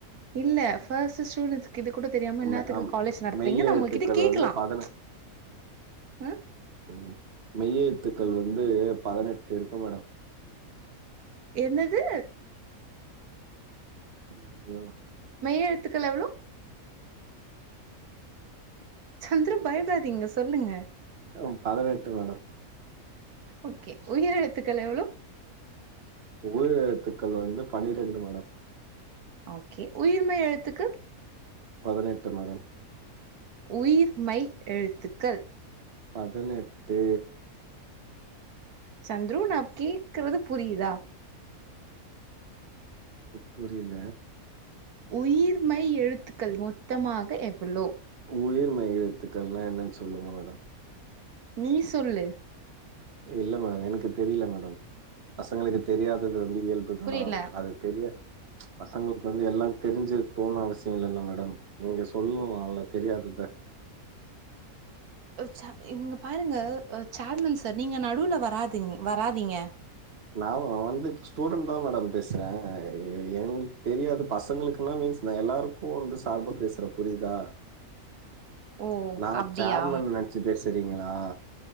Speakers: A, on the right; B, on the right.
A: இல்ல ஃபஸ்ட் ஸ்டூடன்ட்ஸ்க்கிது கூட தெரியாம என்னாத்துக்கு
B: மெ ஆம்
A: காலேஜ் நடத்துறீங்கன்ன
B: மெய்யெழுத்துக்கள்
A: உங்கள்கிட்ட கேக்கலா
B: வந்து
A: ச்
B: பதின
A: ம்
B: ம். மெய்யெழுத்துக்கள் வந்து பதனெட்டிருக்கு மேடம்
A: என்னது
B: <unintelligible>
A: மெய்யெழுத்துக்கள் எவ்ளோ சந்திரூ பயபடாதிங்க சொல்லுங்க
B: ம் பதினெட்டு மேடம்
A: ஓகே உயிரெழுத்துக்கள் எவ்ளோ
B: உயிரெழுத்துக்கள் வந்து பனிரெண்டு மேடம்
A: ஓகே உயிர்மெய் எழுத்துக்கு
B: பதினெட்டு மேடம்
A: உயிர் மெய் எழுத்துக்கள்
B: பதினெட்டு
A: சந்ரு நா கேக்கறது புரியுதா
B: புரி புரியல
A: உயிர்மெய் எழுத்துக்கள் மொத்தமாக எவ்வளோ
B: உயிர் மெய் எழுத்துக்கள்னா என்னன் சொல்லுங்க மேடம்
A: நீ சொல்லு
B: இல்ல மேடம் எனக்கு தெரியல மேடம் பசங்களுக்கு தெரியாதது வந்து இயல்புதா
A: புரில
B: அது தெரிய ச் பசங்களுக்கு வந்து எல்லாம் தெரிஞ்சிருக்குன் அவசிய இல்லல்ல மேடம் நீங்க சொல்லலால தெரியாதத
A: சா இங்க பாருங்க சேர்மன் சார் நீங்க நடுவுல வராதிங்க வராதீங்க
B: நா வந்து இப்ப ஸ்டூடண்ட் தா மேடம் பேசுற என தெரியாது பசங்களுக்குன்னா மீன்ஸ் நா எல்லாருக்கு வந்து சார்பா பேசுற புரியுதா
A: ஓ
B: நா
A: அப்டியா
B: சேர்மன் நெனச்சு பேசு சரிங்களா